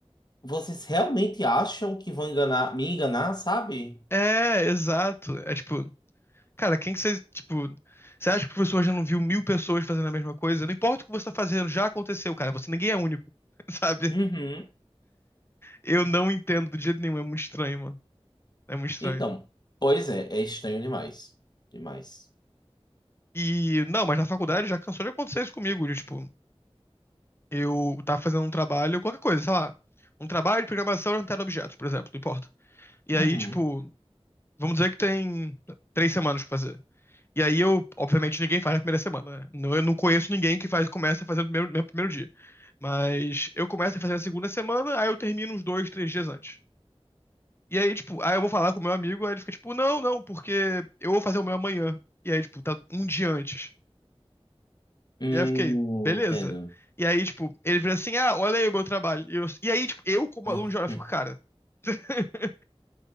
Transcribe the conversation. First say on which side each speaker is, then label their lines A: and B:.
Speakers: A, on the left; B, on the left.
A: vocês realmente acham que vão enganar, me enganar, sabe?
B: É, exato. É tipo, cara, quem que você. Tipo, você acha que o professor já não viu mil pessoas fazendo a mesma coisa? Não importa o que você tá fazendo, já aconteceu, cara. Você ninguém é único, <laughs> sabe?
A: Uhum.
B: Eu não entendo do jeito nenhum. É muito estranho, mano. É muito estranho.
A: Então, pois é, é estranho demais. Demais.
B: E, não, mas na faculdade já cansou de acontecer isso comigo. de, Tipo, eu tava fazendo um trabalho, qualquer coisa, sei lá. Um trabalho de programação orientada a objetos, por exemplo, não importa. E
A: Uhum.
B: aí, tipo, vamos dizer que tem três semanas pra fazer. E aí eu, obviamente, ninguém faz na primeira semana, né? Não- Eu não conheço ninguém que faz, começa a fazer no primeiro, no primeiro dia. Mas eu começo a fazer na segunda semana, aí eu termino uns dois, três dias antes. E aí, tipo, aí eu vou falar com o meu amigo, aí ele fica tipo, não, não, porque eu vou fazer o meu amanhã. E aí, tipo, tá um dia antes.
A: Hum,
B: E aí eu fiquei, beleza.
A: entendo.
B: E aí, tipo, ele vira assim, ah, olha aí o meu trabalho. E, eu- e aí, tipo, eu como
A: Ah,
B: aluno de hora,
A: hum.
B: fico, cara. <laughs>